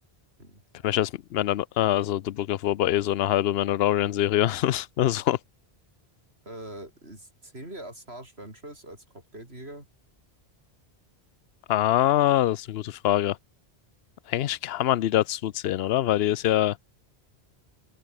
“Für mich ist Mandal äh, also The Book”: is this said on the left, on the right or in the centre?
Left